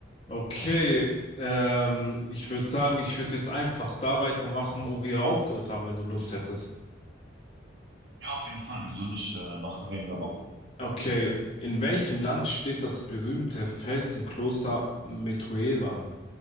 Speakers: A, on the left (about 30°); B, on the right (about 60°).
A: Okay, ähm, ich würde sagen, ich würde jetzt einfach da weitermachen, wo wir aufgehört haben, wenn du Lust hättest.
B: Ja, auf jeden Fall. Wieso nicht? Äh, macht auf jeden Fall Bock.
A: Okay, in welchem Land steht das berühmte Felsenkloster Meteora?